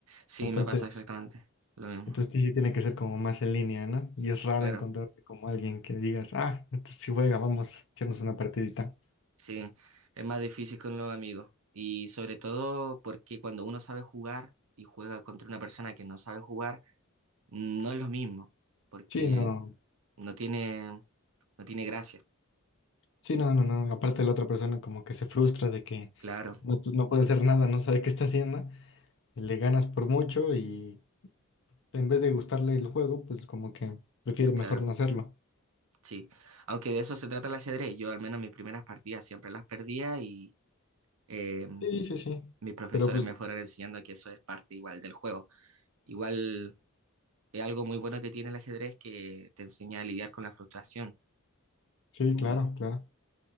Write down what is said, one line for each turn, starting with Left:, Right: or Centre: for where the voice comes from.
Right: Sí,
Left: entonces,
Right: me pasa exactamente lo mismo.
Left: entonces sí, sí tiene que ser como más en línea, ¿no? Y es raro
Right: Claro,
Left: encontrarte como alguien que digas, ah, entonces sí juega, vamos a echarnos una partidita.
Right: sí, es más difícil con los amigos. Y sobre todo porque cuando uno sabe jugar y juega contra una persona que no sabe jugar, no es lo mismo, porque
Left: Sí, no,
Right: no tiene, no tiene gracia.
Left: sí, no, no, no. Aparte la otra persona como que se frustra de que
Right: Claro,
Left: no, tu- no puede hacer nada, no sabe qué está haciendo, le ganas por mucho y en vez de gustarle el juego, pues como que prefiere mejor
Right: claro,
Left: no hacerlo.
Right: sí. Aunque de eso se trata el ajedrez. Yo al menos mis primeras partidas siempre las perdía y eh,
Left: Sí, sí, sí.
Right: mis profesores
Left: Pero pues,
Right: me fueron enseñando que eso es parte igual del juego. Igual es algo muy bueno que tiene el ajedrez que te enseña a lidiar con la frustración
Left: sí,
Right: Como,
Left: claro, claro,